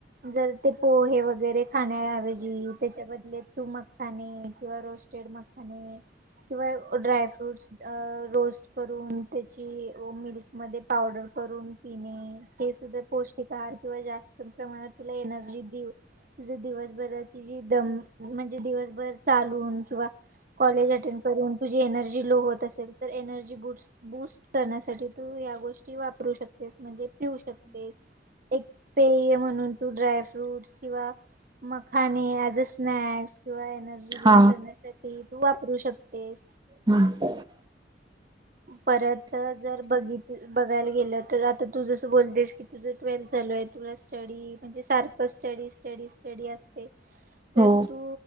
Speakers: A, on the right; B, on the right.
A: जर ते पोहे वगैरे खाण्याऐवजी त्याच्याबद् मखाने किंवा रोस्टेड मखाने. किंवा ड्राय फ्रूटस. अ रोस्ट करून, त्याची व मिल्कमध्ये पावडर करून पिणे. ते सुद्धा पोस्ट जास्त प्रमाणात तुला एनर्जी देवून तुझ दिवसभराची जी दम म्हणजे दिवसभर चालून किंवा कॉलेज अटेंड करून तुझी एनर्जी लो होत असेल तर एनर्जी बुटस बूस्ट करण्यासाठी तू या गोष्टी वापरू शकतेस. म्हणजे पिऊ शकतेस. एक पेय म्हणून तू ड्राय फ्रूटस किंवा मखाने याजस स्नॅक्स किंवा एनर्जी गेन
B: हा
A: करण्यासाठी तू वापरू शकतेस.
B: हम्म
A: परत जर बघित बघायला गेल तर आता तू जस बोलतेस की तुझ ट्वेल्थ चालू आहे. तुला स्टडी म्हणजे, सारख स्टडी स्टडी स्टडी असते. तर
B: हो
A: तू